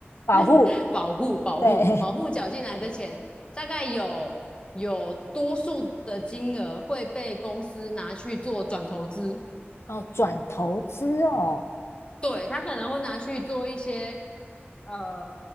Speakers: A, on the left; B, on the left.
A: 保护，
B: <laughs> 保护保护保护缴进来的钱，
A: 对，
B: 大概有有多数的金额会被公司拿去做转投资，
A: <laughs> 哦，转投资哦，
B: 对，他可能会拿去做一些呃